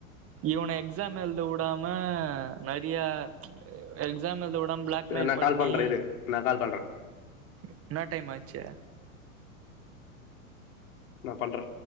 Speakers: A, on the right; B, on the left.
A: இவன எக்ஸாம் எழுத விடாம நெறையா எக்ஸாம் எழுத வி டாம் பிளாக்மெயில்
B: நா
A: பண்ணி
B: கால் பண்றே இரு நா கால் பண்றே
A: என்னா டைம் ஆச்சு
B: நா பண்றே